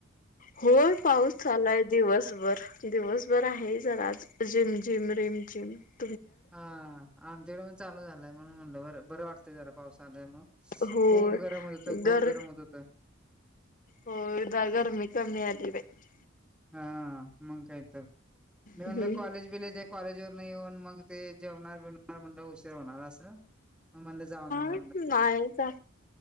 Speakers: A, on the left; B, in the centre.
A: होय, पाऊस चालूय दिवसभर, दिवसभर आहे जरा आज, रीम जिम रिम. तची.
B: हा,,, आमच्याकडं पण चालू झालाय म्हणून म्हणलं बर,, बरं वाटतंय जरा पाऊस. चालय मग,,
A: होय
B: खूप गरम होत होत, खूप
A: गर
B: गरम होत होत.
A: होय जरा गर्मी कमी आली बाई
B: हा,,, मंग कायतर,, मी म्हणलं
A: हम्म
B: कॉलेज बिलेज आय कॉलेज वरन येऊन मगं. ते जेवणार बिवणार म्हणलं उशीर होणार असं. मनलं जाऊंदे
A: नाही
B: ऽऽ
A: का,,